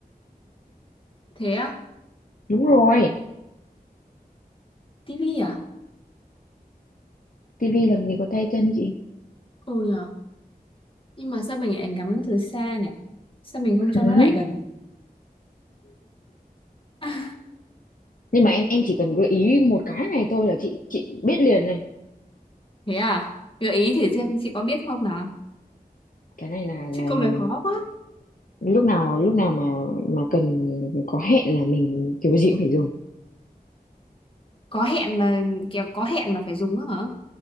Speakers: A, on the left (about 35°); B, on the left (about 60°).
A: thế á
B: đúng rồi
A: tivi à
B: tivi làm gì có tay chân chị
A: ừ nhờ nhưng mà sao mình lại ngắm nó từ xa nhỉ sao mình không
B: <laughs>
A: cho nó lại gần <laughs>
B: nhưng mà em em chỉ cần gợi ý một cái này thôi là chị chị biết liền này
A: thế à gợi ý thử xem chị có biết không nào
B: cái này là là
A: chứ câu
B: là
A: này khó quá
B: lúc nào lúc nào mà mà cần có hẹn là mình kiểu gì cũng phải dùng
A: có hẹn mà kiểu có hẹn mà phải dùng nữa hả